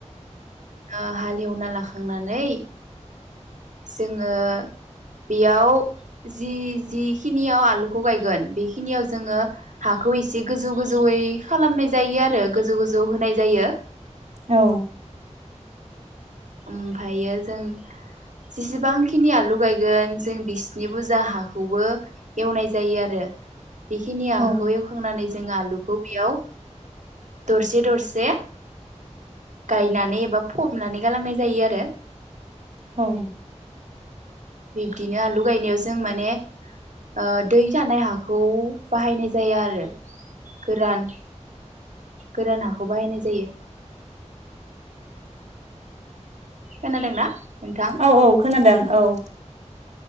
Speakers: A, on the right; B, on the right.
A: ओ हालेवना लाखांनानै जोङो बेयाव जि जिखिनियाव आलुखौ गायगोन बेखिनियाव जोङो हाखौ एसे गोजौ गोजौयै खालामनाय जायो आरो गोजौ गोजौ होनाय जायो।
B: औ
A: ओमफायो जों जेसेबांखिनि आलु गायगोन जों बिसनि बुजा हाखौबो एवनाय जायो आरो। बिखिनि आखौ
B: औ
A: एवखांनानै जों आलुखौ बेयाव दरसे दरसे गायनानै एबा फबनानै गालांनाय जायो आरो।
B: औ
A: दिनो आलु गायनायाव जों माने ओ दै थानाय हाखौ बाहायनाय जाया आरो गोरान गोरान हाखौ बाहायनाय जायो। खोनादोंना? नोंथां
B: औ औ खोनादों औ ओ